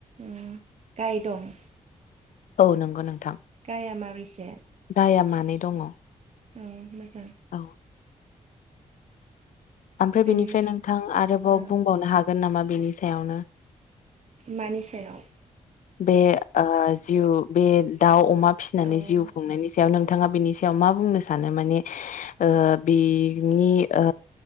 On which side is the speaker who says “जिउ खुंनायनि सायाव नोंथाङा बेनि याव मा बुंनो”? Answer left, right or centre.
Left